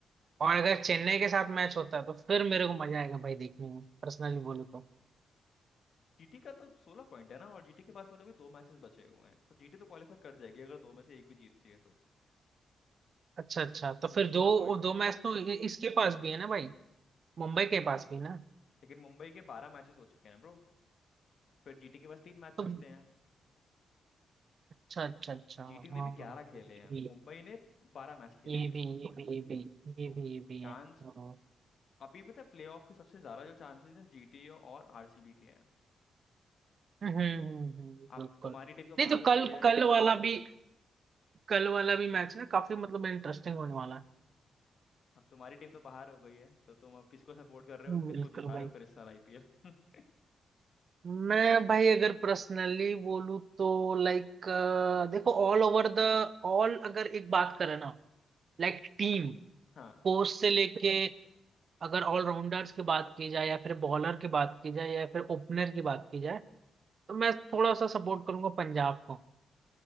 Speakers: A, on the right; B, on the left.
A: और अगर चेन्नई के साथ मैच होता है तो फिर मेरे को मजा आएगा भाई देखने में पर्सनली बोलूँ तो
B: जीटी का तो सोलह पॉइंट है ना और जीटी के पास में तो अभी दो मैचेस बचे हुए हैं तो जीटी तो क्वालिफाई कर जाएगी अगर दो में से एक भी जीतती है तो
A: अच्छा अच्छा तो
B: क्योंकि
A: फिर
B: सोलह
A: दो
B: पॉइंट पे
A: दो
B: है
A: मैच तो इ- इसके पास भी है ना भाई मुंबई के पास भी ना
B: लेकिन मुंबई के बारह मैचेस हो चुके हैं ना ब्रो फिर जीटी के पास तीन मैच
A: तो
B: बचते हैं
A: अच्छा अच्छा अच्छा हाँ
B: जीटी ने भी ग्यारह
A: हाँ,
B: खेले
A: ये
B: हैं
A: भी
B: मुंबई ने बारह मैच खेल
A: ये
B: लिए हैं
A: भी ये भी ये भी ये
B: तो
A: भी ये भी
B: चांस
A: है हाँ।
B: अभी पता है प्लेऑफ के सबसे ज्यादा जो चांसेस हैं जीटी और आरसीबी के हैं
A: हम्म हम्म हम्म, हम्म, बिल्कुल
B: अब तुम्हारी टीम तो
A: नहीं
B: बाहर
A: तो
B: हो
A: कल
B: गई है
A: कल वाला भी कल वाला भी मैच ना काफी मतलब इंटरेस्टिंग होने वाला है
B: अब तुम्हारी टीम तो बाहर हो गई है तो तुम अब किसको सपोर्ट कर रहे हो
A: बिल्कुल
B: और किसको जिता
A: भाई
B: रहे हो फिर इस साल आईपीएल <laughs>
A: मैं भाई अगर पर्सनली बोलूँ तो लाइक देखो ऑल ओवर द ऑल अगर एक बात करें ना लाइक टीम
B: हाँ
A: कोच से लेके अगर ऑलराउंडर्स की बात की जाए या फिर बॉलर की बात की जाए या फिर ओपनर की बात की जाए तो मैं थोड़ा सा सपोर्ट करूंगा पंजाब को